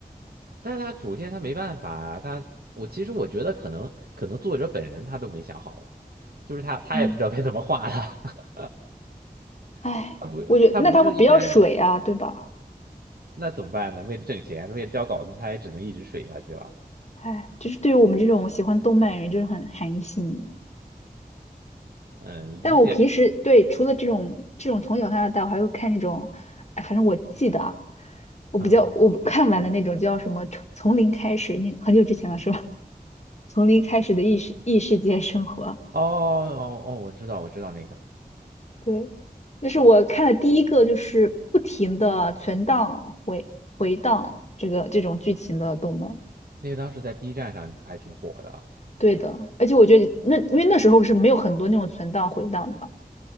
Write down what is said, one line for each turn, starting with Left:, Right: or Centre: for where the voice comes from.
Right: 但是他主线他没办法啊，他我其实我觉得可能可能作者本人他都没想好，就是他他也不知道该怎么画了，
Left: 嗯，唉，
Right: <laughs> 他不他不是一开始。
Left: 我觉得那他会比较水啊，对吧？
Right: 那怎么办呢？为了挣钱，为了交稿子，他也只能一直水下去了。
Left: 唉，就是对于我们这种喜欢动漫的人，就是很寒心。
Right: 嗯，
Left: 但我平时对除了这种这种从小看到大，
Right: 理解。
Left: 我还会看那种，哎，反正我记得啊，我比较我看完的那种叫什么《从从零开始》，
Right: 嗯，
Left: 那很久之前了是吧？<laughs> 从零开始的异世异世界生活，
Right: 哦哦哦，我知道，我知道那个，
Left: 对，那是我看的第一个，就是不停的存档回回档这个这种剧情的动漫。
Right: 那个当时在 B 站上还挺火的啊。
Left: 对的，而且我觉得那因为那时候是没有很多那种存档回档的，